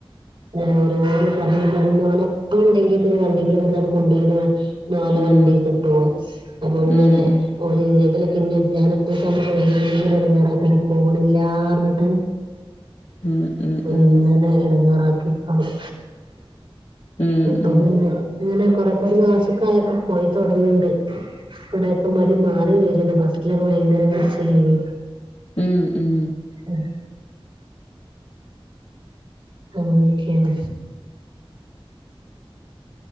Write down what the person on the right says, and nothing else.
ഓരോന്ന് പറഞ് പറഞ്ഞ് ഒലപ്പണ്ടെങ്കി പിന്നെ വണ്ടിമല്വ്ടെന്ന് കൊണ്ടോയ്നോനെ. ഓലെ
വണ്ടീക്കിട്ടോളും ഇതെങ്ങനെ
ഓലില്ലെങ്കില് പിന്നെ ഞാൻ ഒറ്റക്കാബോ ഭയങ്കര എടങ്ങേറാക്കല പോവ്ണില്ലാറിഞ്ഞിട്ട്.
ഈങ്ങനെ എടങ്ങാറാക്കിക്കാണ്ട്
ഇപ്പൊ പിന്നെ ഇങ്ങനെ കൊറെ കൊരു മാസക്കായപ്പോ പോയിത്തൊടങ്ങ്ണ്ട്. കൊറേയൊക്കെ മടി മാറി വരണ്ട് ഫസ്റ്റിലൊക്കെ ഭയങ്കര മടിച്ചിലായിരുന്നു.
ഉഹ് അങ്ങനൊക്കേണ്.